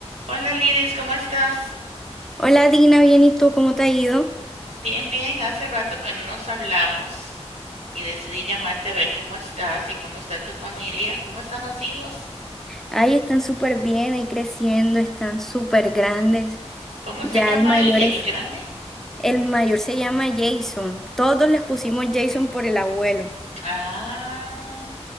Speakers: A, on the right; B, in the centre.
A: Hola Lidis, ¿cómo estás?
B: Hola Dina, bien, ¿y tú cómo te ha ido?
A: Bien, bien, hace rato que no nos hablamos y decidí llamarte a ver cómo estás y cómo está tu familia, cómo están los hijos,
B: Ahí están súper bien, ahí creciendo, están súper grandes.
A: cómo
B: Ya
A: se llama
B: el mayor
A: el, el
B: es,
A: grande.
B: el mayor se llama Jason. Todos les pusimos Jason por el abuelo.
A: Ah,